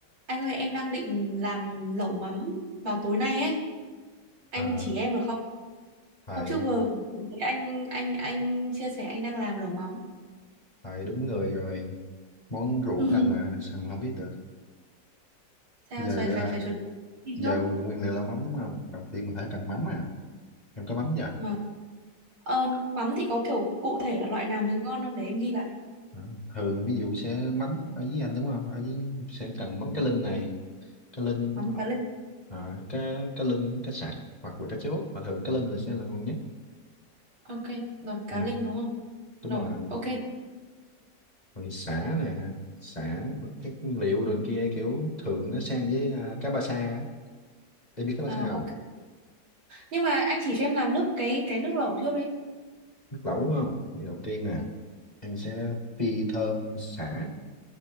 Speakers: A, on the right; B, on the left.
A: Anh ơi em đang định làm lẩu mắm vào tối nay ấy. Anh
B: À,
A: chỉ em được không?
B: phải
A: Hôm trước vừa vừa thấy anh anh anh chia sẻ anh đang làm lẩu mắm.
B: phải đúng người rồi món ruột
A: <laughs>
B: của anh mà sao mà không biết được
A: Sao
B: giờ
A: phải phải
B: à,
A: phải chuẩn bị
B: giờ
A: trước
B: nguyên liệu là mắm đúng không đầu tiên mình phải cần mắm à em có mắm chưa
A: mà ờ, mắm thì có kiểu cụ thể là loại nào mới ngon không để em ghi lại.
B: Đó. thường ví dụ sẽ mắm ở dưới anh đúng không ở dưới sẽ cần mắm cá linh này cá linh
A: Mắm cá linh.
B: à, cá cá linh cá sặc hoặc là cá chốt mà thường cá linh là sẽ là ngon nhất
A: Ok, rồi cá
B: ừ,
A: linh đúng không?
B: đúng
A: Rồi,
B: rồi
A: ok.
B: rồi sả nè sả và các nguyên liệu đường kia kiểu thường nó sang với à, cá ba sa á. em biết cá ba
A: À,
B: sa
A: ok.
B: không
A: Nhưng mà anh chỉ cho em làm nước cái cái nước lẩu trước đi.
B: nước lẩu đúng không thì đầu tiên nè
A: Ừ,
B: em sẽ phi thơm sả